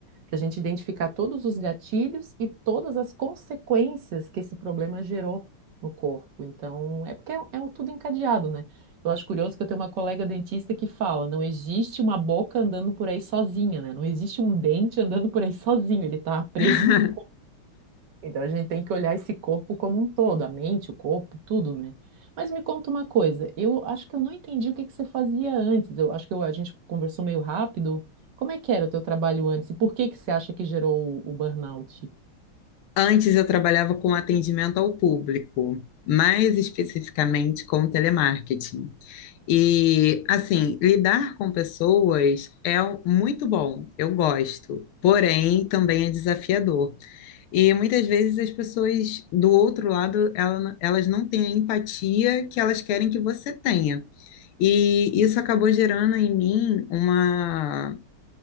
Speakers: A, on the right; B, on the left.
A: para a gente identificar todos os gatilhos e todas as consequências que esse problema gerou no corpo. Então, é porque é, um, é um tudo encadeado, né? Eu acho curioso que eu tenho uma colega dentista que fala: não existe uma boca andando por aí sozinha, né? Não existe um dente andando por aí sozinho, ele está preso
B: <laughs>
A: num então a gente tem que olhar esse corpo como um todo, a mente, o corpo, tudo, né? Mas me conta uma coisa, eu acho que eu não entendi o que que você fazia antes. Eu acho que eu- a gente conversou meio rápido. Como é que era o teu trabalho antes e por que que você acha que gerou o, o burnout?
B: Antes eu trabalhava com atendimento ao público, mais especificamente com telemarketing. E, assim, lidar com pessoas é um- muito bom, eu gosto, porém também é desafiador. E muitas vezes as pessoas do outro lado, ela- elas não têm a empatia que elas querem que você tenha. E isso acabou gerando em mim uma,